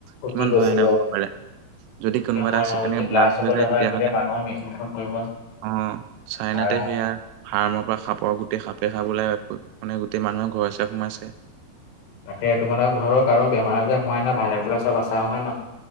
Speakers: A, on the left; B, on the right.
A: উটি
B: কিমান
A: গৈছেগৈ
B: ভয়ানক হ'ব পাৰে? যদি কোনোবা
A: কিয়
B: এটা
A: হয় নাই
B: চিলি এনে
A: যদি
B: ব্লাচ
A: ব্লাষ্ট
B: হৈ
A: হ'বলৈ
B: যায় তেতিয়া
A: হয় গোটেই
B: হ'লে?
A: মানুহৰ মৃত্যুমুখত পৰিব
B: অ' চাইনাতে
A: নোৱাৰা হয়।
B: সেয়া আ ফাৰ্মৰ পৰা সাপৰ গোটেই সাপে সাপ ওলাই মানে গোটেই মানুহে ঘৰে -চৰে সোমাইছে।
A: তাকে, তোমালোকৰ ঘৰৰ কাৰো বেমাৰ -আজাৰ হোৱা নাই ভালে কুশলে চব আছা হয় নহয়?